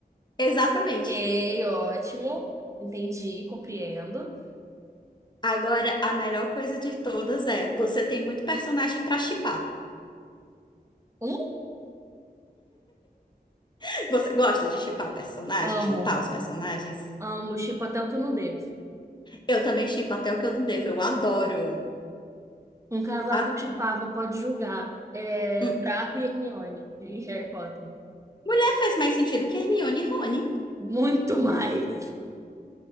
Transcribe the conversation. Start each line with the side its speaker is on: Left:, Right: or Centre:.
Left: Exatamente.
Right: Ok, ótimo. Entendi, compreendo.
Left: Agora, a melhor coisa de todas é, você tem muito personagem pra shippar.
Right: Um,
Left: <laughs> Você gosta de shippar personagens,
Right: amo.
Left: juntar os personagens?
Right: Amo, shippo até o que eu não devo.
Left: Eu também shippo até o que eu não devo, eu adoro.
Right: Um casal
Left: Adoro.
Right: que eu chipava pode julgar. É
Left: Hum.
Right: Draco e Hermione, de Harry Potter.
Left: Mulher faz mais sentido que Hermione e Rony.
Right: Muito mais.